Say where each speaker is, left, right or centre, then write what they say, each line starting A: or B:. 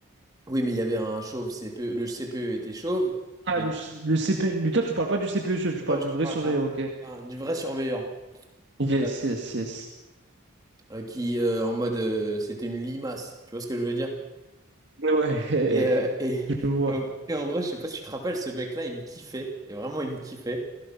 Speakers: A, on the right; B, on the right.
A: Oui, mais il y avait un chauve CPE, le CPE était chauve,
B: Ah,
A: mais
B: le, ch- le CP... Mais toi, tu parles pas du CPE chauve, tu parles
A: non, je
B: du
A: te
B: vrai
A: parle
B: surveillant,
A: d'un,
B: ok?
A: d'un- du vrai surveillant.
B: Yes,
A: Euh,
B: yes, yes.
A: euh, qui, euh, en mode, euh, c'était une limace, tu vois ce que je veux dire?
B: Ouais, <laughs>
A: Et, euh, et,
B: je vois.
A: et en, et en gros, je sais pas si tu te rappelles, ce mec-là, il me kiffait, et vraiment, il me kiffait.